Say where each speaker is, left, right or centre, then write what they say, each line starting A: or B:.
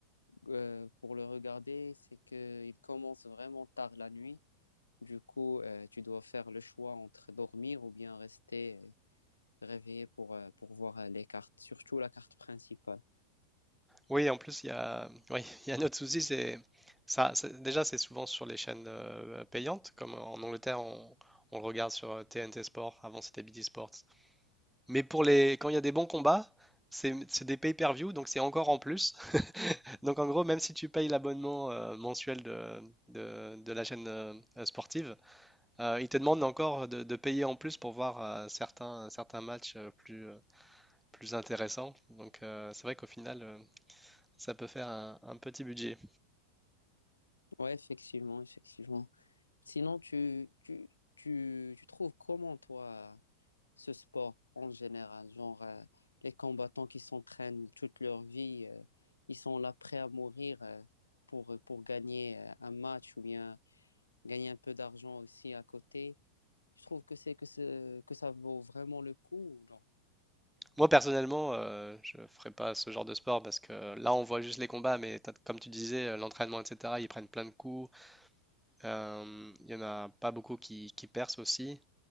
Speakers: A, on the left (about 80°); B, in the centre.
A: euh, pour le regarder, c'est qu'il commence vraiment tard la nuit. Du coup, euh, tu dois faire le choix entre dormir ou bien rester euh, réveillé pour, euh, pour voir euh, les cartes, surtout la carte principale.
B: Oui, en plus, il y a, oui, <laughs> il y a un autre souci, c'est... Ça, c'est- déjà, c'est souvent sur les chaînes euh, payantes, comme en Angleterre, on, on le regarde sur TNT Sport, avant c'était BT Sport. Mais pour les, quand il y a des bons combats, c'est c'est des pay-per-view, donc c'est encore en plus. <laughs> Donc en gros, même si tu payes l'abonnement euh, mensuel de, de, de la chaîne euh, euh, sportive, euh, ils te demandent encore de, de payer en plus pour voir euh, certains, certains matchs euh, plus, euh, plus intéressants. Donc euh, c'est vrai qu'au final, euh, ça peut faire un, un petit budget.
A: Ouais, effectivement, effectivement. Sinon, tu, tu, tu, tu trouves comment, toi, ce sport en général? Genre, euh, les combattants qui s'entraînent toute leur vie, euh, ils sont là prêts à mourir euh, pour, euh, pour gagner euh, un match ou bien gagner un peu d'argent aussi à côté. Je trouve que c'est que, ce- que ça vaut vraiment le coup ou non?
B: Moi personnellement, euh, je ne ferai pas ce genre de sport parce que là, on voit juste les combats, mais t'as- comme tu disais, euh, l'entraînement, etc., ils prennent plein de coups. Euh, Il y en a pas beaucoup qui, qui percent aussi.